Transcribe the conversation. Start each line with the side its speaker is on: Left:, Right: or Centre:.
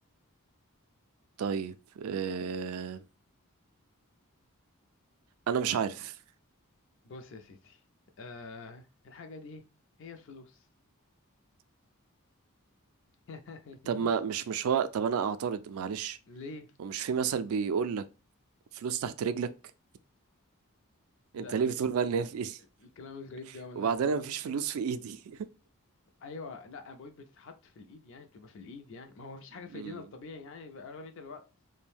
Right: طيب أم... انا مش عارف
Left: بص يا سيدي آه الحاجة دي هي الفلوس <laughs> يعني
Right: طب
Left: بص
Right: ما مش مش هو طب انا اعترض معلش
Left: ليه
Right: ومش في مثل بيقول لك فلوس تحت رجلك
Left: لا
Right: انت ليه
Left: ال...
Right: بتقول بقى
Left: ال-
Right: ان هي في ايدي <laughs>
Left: الكلام الغريب ده ملناش
Right: وبعدين
Left: دعوة
Right: انا
Left: بيه
Right: مفيش فلوس في ايدي
Left: ايوه لا انا بقول بتتحط في الايد يعني بتبقى في الايد يعني ما هو مفيش
Right: <laughs>
Left: حاجة
Right: أمم،
Left: في ايدينا الطبيعي يعني بقى اغلبية الوقت